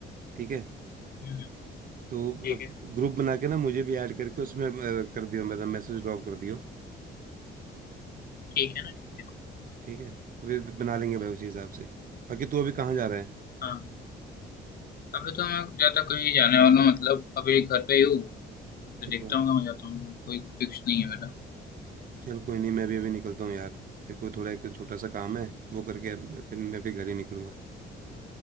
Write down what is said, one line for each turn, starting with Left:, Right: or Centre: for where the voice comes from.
Right: ठीक है
Left: हम्म,
Right: तो
Left: ठीक
Right: अब
Left: है
Right: ग्रुप बना के ना मुझे भी ऐड करके उसमें अ, कर दियो मेरा मैसेज ड्रॉप कर दियो
Left: ठीक है ना ठीक है
Right: ठीक है फिर बना लेंगे भाई उसी हिसाब से बाकी तू अभी कहाँ जा रहा है
Left: हाँ अभी तो मैं ज्यादा कहीं जाने वाला हूँ मतलब अभी घर पे ही हूँ तो
Right: अच्छा
Left: देखता हूँ कहाँ जाता हूँ कोई फिक्स नहीं है मेरा
Right: चल कोई नहीं मैं भी अभी निकलता हूँ यार मेरे को थोड़ा एक छोटा सा काम है वो करके फिर मैं भी घर ही निकलूंगा